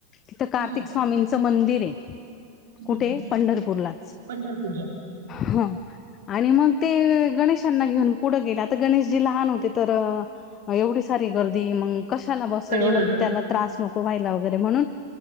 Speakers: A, on the left; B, on the right.
A: तिथं कार्तिक
B: हम्म
A: स्वामींच मंदिर हे.
B: हम्म
A: ते पंढरपूरलाच,
B: पंढरपूरला
A: हं. आणि मग ते गणेशांना घेऊन पुढं गेले, आता गणेशजी लहान होते तर ह एवढी सारी गर्दी मंग कशाला बस
B: कडेवर.
A: एवढं त्याला त्रास नको व्हायला वगैरे म्हणून,